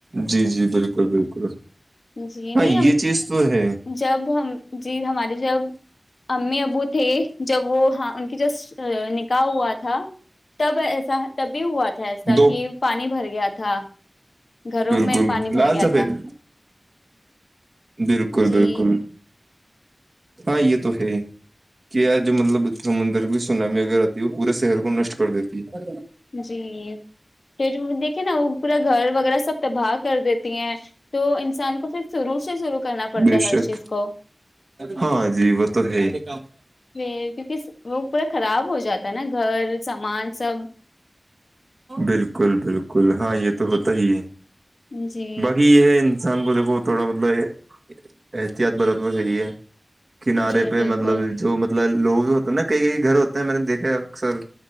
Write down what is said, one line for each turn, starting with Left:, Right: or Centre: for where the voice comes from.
Right: جی جی بالکل بالکل
Left: جی
Right: ہاں
Left: نہیں ہم
Right: یہ چیز تو ہے
Left: جب ہم جی ہمارے جب امی ابو تھے جب وہ ہاں ان کی جو نکاح ہوا تھا تب ایسا تبھی ہوا تھا ایسا
Right: دو
Left: کہ پانی بھر گیا تھا گھروں
Right: بالکل
Left: میں پانی بھر
Right: لال
Left: گیا
Right: سفید
Left: تھا
Right: بالکل
Left: جی
Right: بالکل ہاں یہ تو ہے کیا جو مطلب سمندر کی سناام اگر وہ پورے شہر کو نشٹ کر دیتی ہے
Left: جی پٹ دیکھیے نا وہ پورا گھر وغیرہ سب تباہ کر دیتی ہیں تو انسان کو پھر شروع سے شروع کرنا پڑتا
Right: بے
Left: ہے ہر
Right: شک
Left: چیز کو
Right: ہاں جی وہ تو ہے ہی
Left: کیونکہ وہ پورا خراب ہو جاتا ہے نا گھر سامان سب
Right: بالکل بالکل ہاں یہ تو ہوتا ہی ہے
Left: جی
Right: باقی یہ انسان کو دیکھو تھوڑا مطلب احتیاط برتنا صحیح ہے کنارے
Left: جی
Right: پہ
Left: بالکل
Right: مطلب جو مطلب مطلب لوگ بھی ہوتے ہیں نا کئی کئی گھر ہوتے ہیں میں نے دیکھا اکثر